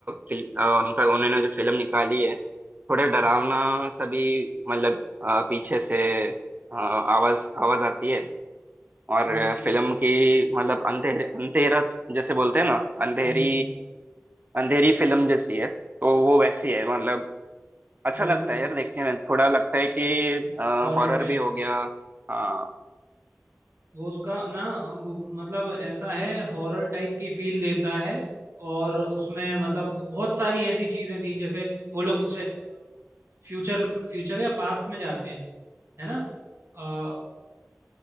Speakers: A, on the right; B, on the right.
A: फिल्म उनका उन्होंने जो फिल्म निकाली है थोड़ा डरावना
B: हम्म,
A: सा भी मतलब आ, पीछे से आ, आवाज आवाज आती है और
B: नहीं
A: आ,
B: नहीं
A: फिल्म
B: सही है
A: की मतलब अंधेरे अंधेरा जैसे बोलते हैं ना अंधेरी
B: हम्म हम्म
A: अंधेरी फिल्म जैसी है तो वो वैसी है मतलब अच्छा
B: बिल्कुल
A: लगता है यार देखने में थोड़ा लगता है कि
B: हॉरर
A: हॉरर
B: टाइप
A: भी हो गया हाँ
B: वो उसका ना वो- मतलब ऐसा है हॉरर टाइप की फील देता है और उसमें मतलब बहुत सारी ऐसी चीजें थी जैसे वो लोग फ्यूचर फ्यूचर या पास्ट में जाते हैं है ना अ,